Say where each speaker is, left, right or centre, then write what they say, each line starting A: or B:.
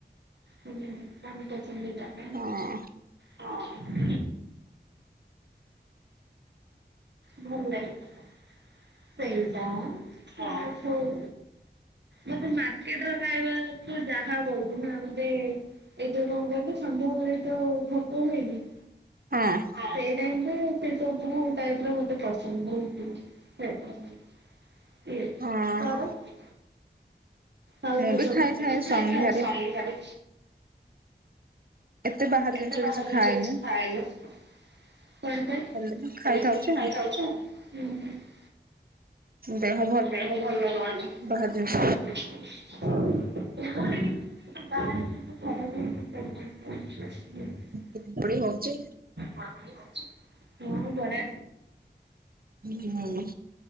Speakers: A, on the right (about 75°); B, on the right (about 55°).
A: ହୁଁ ଆମେ ପସନ୍ଦିତା <unintelligible>
B: ହଁ।
A: ଅ। ଭଲ ଲାଗେ ସେଇଟା ସେଇଟା ଆଉ ହୋଉ ମତେ ମାର୍କେଟ ର ଖାଇବା ତୁ ଯାହା କହିବୁ ନା ମତେ ଏଇ ଯୋଉ କଣ କହିଲୁ ସନ୍ଧ୍ୟାବେଳେ ଯୋଉ ଭୋକ ହୁଏନି।
B: ହଁ।
A: ସେଇ ଟାଇମ ରେ ସେ ସବୁ ପାଇ ସବୁ ମତେ ପସନ୍ଦ ବୋହୁତ ହୋଉଛି। <unintelligible>
B: ହଁ।
A: ମୁଁ
B: ବି ଖାଇଥାଏ
A: ଖାଏ
B: ସନ୍ଧ୍ୟାରେ
A: ଖାଏ ଶନିବାରେ।
B: ଏତେ ବାହାର ଜିନିଷ
A: ଏତେ ବାହାର
B: କିଛି
A: ଜିନିଷ
B: ଖାଏନି।
A: କିଛି ଖାଏନି। କଣ
B: ହେଲେ
A: ପାଇଁ?
B: ବି ଖାଇଥାଉଛି
A: ଉଁ
B: ଆଉ
A: ହୁଁ।
B: ଦେହ
A: ଦେହ ଭଲ ରହୁନି
B: ବାହାର ଜିନିଷ
A: ଖାଇଲେ। <unintelligible> ବାହାର ଜିନ୍ସ ଖାଇବା ପାଇଁ <inaudible>
B: ଉଁ ପଡ଼ି ଗଉଚି?
A: ହଁ ମୁଁ ଘରେ
B: ହୁଁ ହଁ